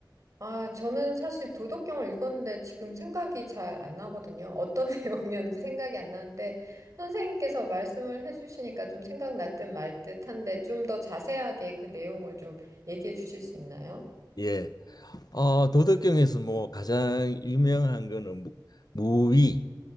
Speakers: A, on the right (about 45°); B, on the left (about 55°).
A: 아, 저는 사실 도덕경을 읽었는데 지금 생각이 잘 안 나거든요. 어떤 <laughs> 내용이었는지 생각이 안 나는데 선생님께서 말씀을 해주시니까 좀 생각날 듯 말 듯한데 좀 더 자세하게 그 내용을 좀 얘기해 주실 수 있나요?
B: 예. 어, 도덕경에서 뭐 가장 유명한 거는 무, 무위